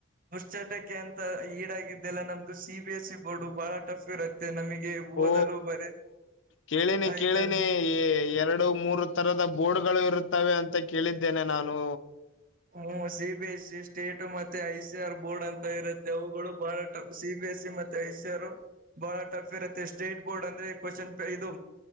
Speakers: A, on the right (about 45°); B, on the left (about 65°).
A: ದುಶ್ಚಟಕ್ಕೆ ಅಂತ ಈಡಾಗಿದ್ದ ಅಲ್ಲ ನಮ್ದು C B S C board ಬಹಳ ಟಫ್ ಇರುತ್ತೆ ನಮಗೆ.
B: ಓ
A: ಓದಲು ಬರೆ
B: ಕೇಳಿನಿ
A: ಆಯ್ತಾ.
B: ಕೇಳಿನಿ ಎರಡು ಮೂರು ತರದ ಬೋರ್ಡ್ಗಳು ಇರುತ್ತವೆ ಅಂತ ಕೇಳಿದ್ದೇನೆ ನಾನು.
A: ಹ್ಮ C B S C state ಮತ್ತೆ ಐ ಸಿ ಆರ್ ಬೋರ್ಡ್ ಅಂತ ಇರ ತ್ತೆ ಅವುಗಳು ಬಹಳ tough C B S C ಮತ್ ಟೈಸರು ಬಹಳ ಟಫ್ ಇರುತ್ತೆ ಸ್ಟೇಟ್ ಬೋರ್ಡ್ ಅಂದ್ರೆ ಕ್ವಶನ್ ಪೇ ಇದು.